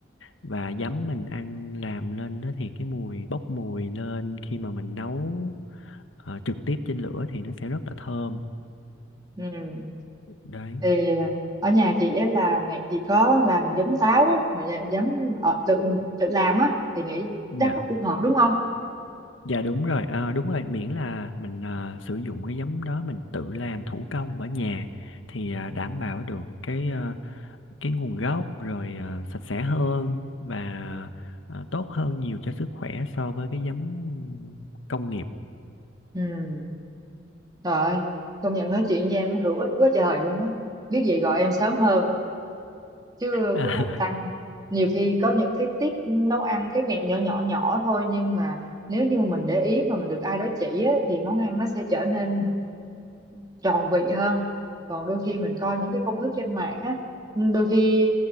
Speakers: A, on the left; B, on the right.
A: và giấm mình ăn làm lên đó thì cái mùi bốc mùi lên khi mà mình nấu ờ, trực tiếp trên lửa thì nó sẽ rất là thơm
B: ừ.
A: đấy
B: thì ờ, ở nhà chị á là mẹ chị có làm giấm táo á, mà dạ- giấm ờ, tự tự làm á thì nghĩ
A: dạ
B: chắc nó cũng hợp đúng không
A: Dạ đúng rồi, ờ, đúng rồi, miễn là mình ờ, sử dụng cái giấm đó mình tự làm thủ công ở nhà thì ờ, đảm bảo được cái ờ, cái nguồn gốc rồi ờ, sạch sẽ hơn và ờ, tốt hơn nhiều cho sức khỏe so với cái giấm công nghiệp.
B: ừ. trời ơi công nhận nói chuyện với em hữu ích quá trời luôn á biết gì gọi em sớm hơn chứ
A: <laughs>
B: cứ lăn tăn nhiều khi có những cái tip nấu ăn cái mẹo nhỏ nhỏ nhỏ thôi nhưng mà nếu như mình để ý mà mình được ai đó chỉ á, thì món ăn nó sẽ trở nên tròn vị hơn còn đôi khi mình coi những cái công thức trên mạng á ừ, đôi khi